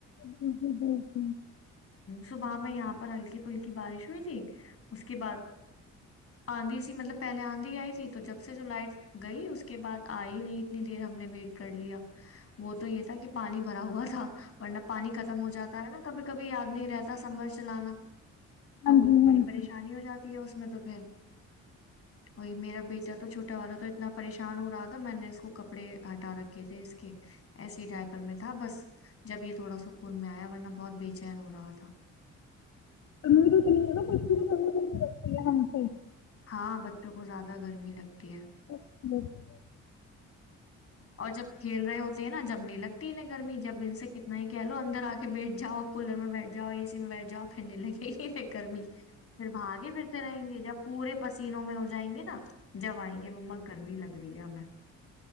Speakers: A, on the left; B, on the left.
A: جی جی بالک
B: صبح میں یہاں پر ہلکی پھلکی بارش ہوئی تھی اس کے بعد آندھی سی مطلب پہلے آندھی آئی تھی تو جب سے جو لائٹ گئی اس کے بعد آئی نہیں اتنی دیر ہم نے ویٹ کر لیا وہ تو یہ تھا کہ پانی بھرا ہوا تھا ن پانی ختم ہو جاتا ہے نا کبھی بھی یاد نہیں رہتا سمر چلانا تو
A: ہاں جی
B: بڑی
A: ہاں
B: پریشانی
A: جی
B: ہو جاتی اس میں تو پھر وہی میرا بیٹا تو چھوٹا والا تو اتنا پریشان ہو رہا تھا میں نے اس کو کپڑے ہٹا رکھے تھے اس کے ایس ڈائپر میں تھا بس جب یہ تھوڑا سکون میں آیا ورنہ بہت بی چین ہو رہا تھا
A: تم توتنیا پ ر ہے ہاں پ
B: ہاں بچوں کو زیادہ گرمی لگتی ہے
A: <inaudible>
B: اور جب کھیل رہے ہو تو سے نا جمنے لگ تین گرمی جب ان سے کتنا ہی کیا و اندر آ کے ب بیٹھ جا کولر میں بیٹھ جاؤ اےی میں بیٹ جاؤ پھیھرنے لگے س کررمی پھر بھاگے پھرتے رہیں گے جب پورے پسینوں میں ہو جائیں گے نا جیں گے مما گرمی لگ رہ ہے میںیں